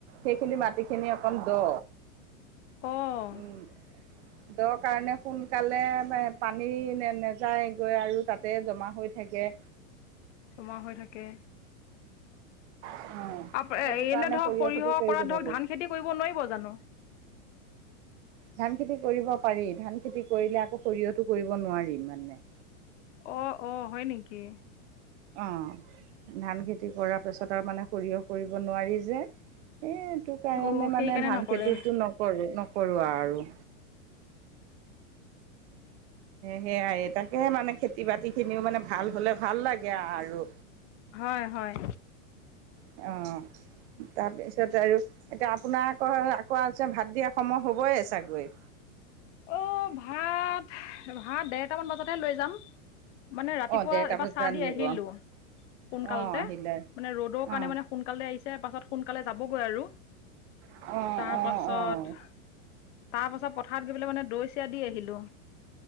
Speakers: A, on the right; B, on the left.
A: সেইখিনি মাটি খিনি অকণ দ'
B: অ
A: উম'
B: <inaudible>
A: সেইটো কাৰণে সোনকালে পানী নে নেযায় গৈ আৰু তাতে জমা হৈ থাকে।
B: জমা হৈ থাকে।
A: অ',
B: আপ এ
A: সেইটো কাৰণে
B: এনে ধৰক সৰিয়হ
A: খেতি কৰিব
B: কৰাত
A: নোৱাৰিলো।
B: ধৰক ধান খেতি কৰিব নোৱাৰিব জানো?
A: ধান খেতি কৰিব পাৰি ধান খেতি কৰিলে আকৌ সৰিয়হতো কৰিব নোৱাৰিম মানে।
B: অ অ হয় নেকি।
A: অহ। ধান খেতি কৰাৰ পাছত আৰু মানে সৰিয়হ কৰিব নোৱাৰি যে এই টো কাৰণে
B: অ', সেইকাৰণে
A: মানে ধান
B: নকৰে
A: খেতিটো নকৰো -নকৰো আৰু। সেয়াই তাকেহে মানে খেতি বাতি খিনিও মানে ভাল হলে ভাল লাগে আৰু।
B: হয়, হয়।
A: অঁহ। তাৰপিছত আৰু এতিয়া আপোনাৰ আকৌ আকৌ ভাত দিয়া সময় হ'বই চাগৈ!
B: অ ভাত ভাত দেৰটামান বজাতহে লৈ যাম। মানে ৰাতিপুৱা
A: অ', দেৰটা
B: এবাৰ
A: বজাত
B: চাহ দি
A: নিব
B: আহিলো
A: অ',
B: সোনকালতে
A: আহিলে
B: মানে ৰ'দৰ কাৰণে
A: অ'।
B: মানে সোনকালে আহিছে পাছত সোনকালে যাবগৈ আৰু।
A: অ',
B: তাৰ
A: অ',
B: পাছত
A: অ'।
B: তাৰ পাছত পথাৰত গৈ মানে দৈ চিয়া দি আহিলো।